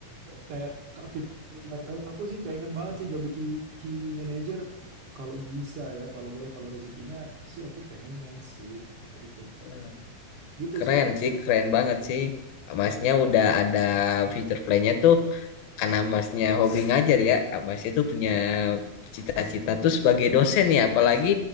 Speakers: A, on the right; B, on the left.
A: kayak Kak Vicky dan lain-lain. Aku sih pengen banget sih jadi QU, QU manager kalau bisa ya, kalau boleh kalau rezekinya sih aku pengen sih. Nah, jadi kayak gitu.
B: Wah,
A: Gitu
B: Keren
A: sih aku.
B: sih, keren banget sih. Masnya udah ada fitur playnya tuh karena masnya hobi ngajar ya. Masnya tuh punya cita-cita tuh sebagai dosen ya. Apalagi